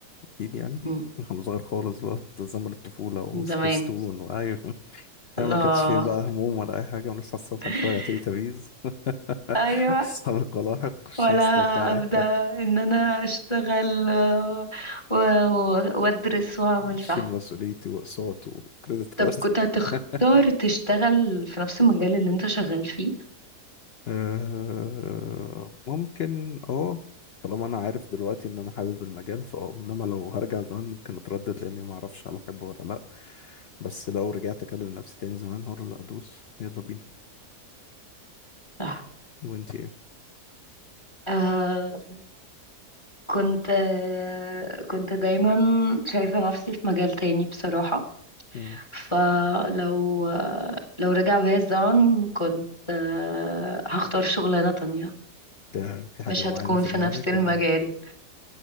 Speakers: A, on the left; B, on the left.
A: اكيد يعني
B: مم،
A: <laughs> وانا صغير خالص بقى زمن الطفولة وسبيستون
B: زمان
A: وايوه <laughs>
B: الله
A: انا ما كانش فيه بقى هموم ولا اي حاجة ونصحى الصبح
B: <laughs>
A: نتفرج على تيلي تابيز <laughs>
B: أيوه
A: اصحاب القلاحق الشمس
B: ولا
A: تطلع
B: ابدا ان انا اشتغل آه، و- و- وادرس
A: <laughs>
B: واعمل
A: شيل
B: صح
A: مسؤوليتي واقساط وكريدت كارد
B: طب كنت هتختار
A: <laughs>
B: تشتغل في نفس المجال اللي انت شغال فيه
A: آه، ممكن اه طالما انا عارف دلوقتي ان انا حابب المجال فاه انما لو هرجع زمان ممكن اتردد لاني ما اعرفش هل احبه ولا لا بس لو رجعت اكلم نفسي تاني زمان هقول له لا ادوس يلا بينا
B: صح
A: وانتي ايه
B: آه كنت آه كنت دايما شايفة نفسي في مجال تاني بصراحة
A: مم.
B: فلو آه لو رجع بيا الزمن كنت آه هختار شغلانة تانية
A: ده في حاجة
B: مش هتكون
A: معينة في
B: في
A: دماغك
B: نفس المجال
A: ولا